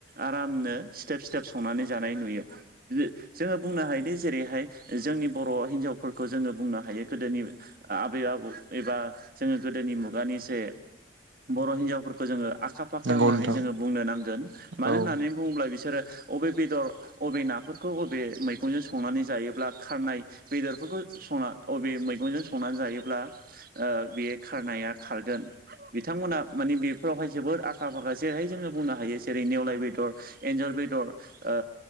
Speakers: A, on the right; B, on the right.
A: आरामनो स्टेप स्टेप संनानै जानाय नुयो। जोङो बुंनो हायोदि जेरैहाय जोंनि बर' हिनजावफोरखौ जोङो बुंनो हायो गोदोनि आबै आबौ एबा जोङो गोदोनि मुगानि जे बर' हिन्जावफोरखौ जोङो आखा फाक्का
B: नंगौ
A: होननानै
B: नोंथां
A: जोङो बुंनो नांगोन मानो
B: औ
A: होननानै बुङोब्ला बिसोरो अबे बेदर अबे ना। बेफोरखौ बबे मैगंजों संनानै जायोब्ला खारनाय बेदरफोरखौ संना अबे मैगंजों संनानै जायोब्ला ओ बे खारनाया खारगोन बिथांमोना माने बेफोरावहाय जोबोर आखा फाखा जेरैहाय जोङो बुंनो हायो। जेरै नेवलाय बेदर एन्जर बेदर ओ